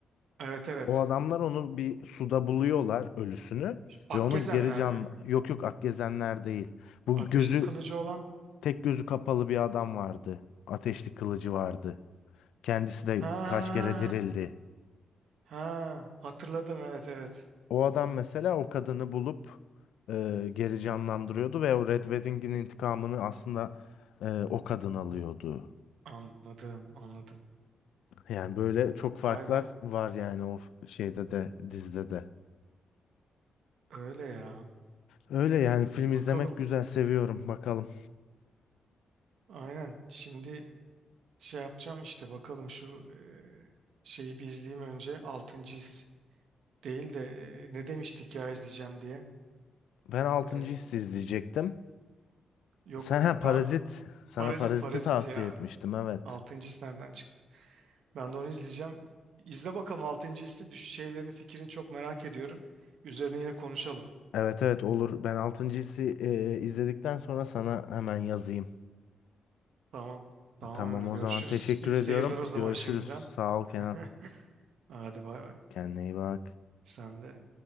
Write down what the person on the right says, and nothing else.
Evet evet.
Akgezenler
mi?
Ateşli
kılıcı olan.
Ha
ha hatırladım evet evet.
Anladım anladım.
Vay
be.
Öyle ya.
Bakalım.
Aynen. Şimdi Şey yapacağım işte bakalım şu eee, şeyi bir izleyeyim önce. Altıncı his değil de eee, ne demiştik ya izleyeceğim diye.
Eee,
yok
ben
Parazit
Parazit
ya.
Altıncı his nereden çıktı? Ben de onu izleyeceğim. İzle bakalım altıncı hissi düş şeylerini fikrini çok merak ediyorum. Üzerine yine konuşalım.
Tamam. Tamam
öyle
görüşürüz.
İyi
seyirler o zaman
şimdiden.
<laughs>
Hadi bay bay.
Sen de.